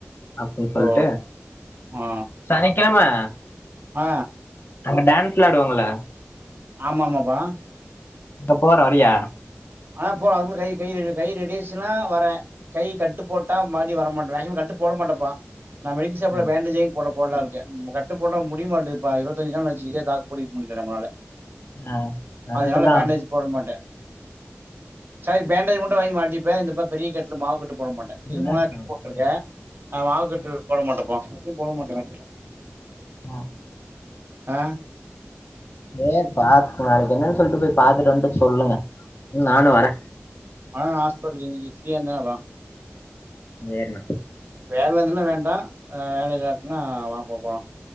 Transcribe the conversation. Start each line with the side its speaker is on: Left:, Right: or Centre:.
Left: அப்படின்னு சொல்லிட்டு
Right: ஓ ஆ
Left: சனிக்கிழம ஆ
Right: ஆ
Left: அங்க டான்ஸெலா ஆடுவாங்கல்ல
Right: ஆமாமாபா
Left: இப்ப போறோம் வரியா
Right: ஆ போ அதுக்குள்ள கை கை கை ரெடியாச்சுன்னா வரேன் கை கட்டு போட்டா மறுபடி வரமாட்டேன் கை கட்டு போட மாட்டப்பா நா மெடிக்கல்சாப்பல
Left: ம்.
Right: பாண்டேஜ் வாங்கி போட போடலாம்னுயிருக்கே கட்டு போட்டா முடியமாட்டதுப்ப இருபத்தஞ்சு நாளாச்சு இதேதாக்கு புடிக்க முடியல நம்பளால
Left: ஆ கரெக்ட்டு
Right: அதனால
Left: தா
Right: பேண்டேஜ் போட மாட்டேன் செரி பேண்டஜு மட்டும் வாங்கி மாட் இப்ப இந்தப்பாரு பெரிய கட்டுல மாவுக்கட்டு போட மாட்டேன்
Left: என்ன
Right: இது மூணா
Left: ஆச்சு
Right: கட்டு
Left: அவனுக்கு
Right: போட்டிருக்கே நா மாவுக்கட்டு
Left: ஆ
Right: போட மாட்டேம்ப்பா கட்டு போட மாட்டேனே
Left: ம்
Right: ஆ
Left: ஏன் பாத்து நாளைக்கு என்னென்னு சொல்லிட்டு போய் பாத்துட்டு வந்துட்டு சொல்லுங்க ம் நானு வரே
Right: ஆ ஹாஸ்பிட்டலு இன்னக்கி நீ ஃப்ரியாருந்தா வா
Left: சேரிணா
Right: வேல இஞ்ச்ன்னா வேண்டா அ வேலை இல்லாட்னா வாங்ப்பா போலா